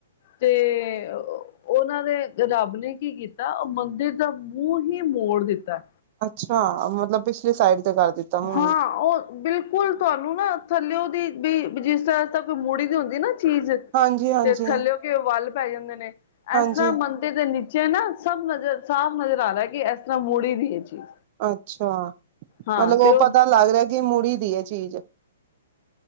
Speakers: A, on the left (about 45°); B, on the right (about 40°).
A: ਤੇ ਉਹਨਾਂ ਦੇ ਰੱਬ ਨੇ ਕੀ ਕੀਤਾ ਮੰਦਿਰ ਦਾ ਮੂੰਹ ਹੀ ਮੋੜ ਦਿੱਤਾ।
B: ਛਾ ਮਤਲਬ ਪਿਛਲੀ ਸਾਈਡ ਤੇ ਕਰ ਦਿੱਤਾ ਮੂੰ
A: ਹਾਂ ਉਹ ਬਿਲਕੁਲ ਤੁਹਾਨੂੰ ਨਾ ਥੱਲਿਓ ਦੀ ਵੀ ਜਿਸ ਤਰ੍ਹਾਂ ਤ੍ਹਾਂ ਕੋਈ ਮੁੂੜੀ ਦੀ ਹੁੰਦੀ ਨਾ ਚੀਜ਼
B: ਹਾਂਜੀ ਹਾਂਜੀ
A: ਤੇ ਥੱਲਿਓ ਕੇ ਵੱਲ ਪੈ ਜਾਂਦੇ ਨੇ
B: ਹਾਂਜੀ
A: ਇਸ ਤਰ੍ਹਾਂ ਮੰਦਿਰ ਦੇ ਨੀਚੇ ਨਾ। ਸਭ ਨਜ਼ਰ ਸਾਫ਼ ਨਜ਼ਰ ਆ ਰਿਹਾ ਕਿ ਇਸ ਤਰ੍ਹਾਂ ਮੁੋੜੀ ਦੀ ਇਹ ਚੀਜ਼।
B: ਅੱਛਾ,
A: ਹਾਂ
B: ਮਤਲਬ
A: ਤੇ
B: ਉਹ ਪਤਾ ਲੱਗ ਰਿਹਾ ਕਿ ਮੁੜੀ ਦੀ ਹੈ ਚੀਜ਼।